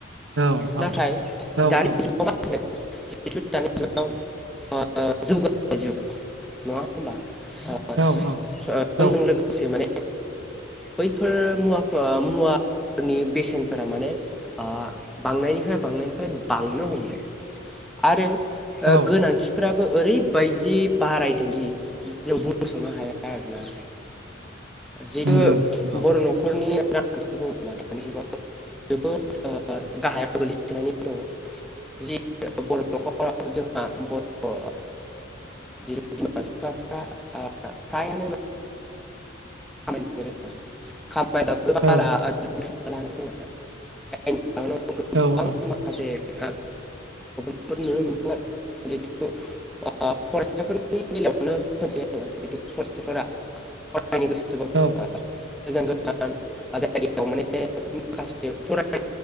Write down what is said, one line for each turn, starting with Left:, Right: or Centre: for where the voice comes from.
Right: औ
Centre: नाथाय
Right: औ औ
Centre: दानि सुबुङा जिथु दानि जुगाव ओ जौगानाय जुग नङा होनबा ओ
Right: औ औ
Centre: समजों लोगोसे माने बैफोर मुवाफ्रा मुवाफोरनि बेसेनफ्रा माने ओ बांनायनिफ्राय बांनायनिफ्राय बांनो हमदों। आरो ओ
Right: औ
Centre: गोनांथि फोराबो ओरैबायदि बारायदों जि जों बुंस'नो हाया आरोना। जिहेथु
Right: नंगौ नंगौ
Centre: बर' न'खरनि बुङोब्ला दानि जुगाव जोबोद गाहायाव ओ गोग्लैसोनानै दङ। जि बर' न'खराव जोंहा बर' ओ जोंनि बिमा बिफाफ्रा फ्रायानो माने
Right: औ औ औ
Centre: <unintelligible> <unintelligible> माखासे ओ फोर नुनो मोनो जिहेथु फरायसाफोरनि बेलायावनो होनसै आङो जिहेथु फरायसाफोरा <unintelligible>
Right: औ
Centre: गोजान गोजान जायगायाव माने माखासे फराय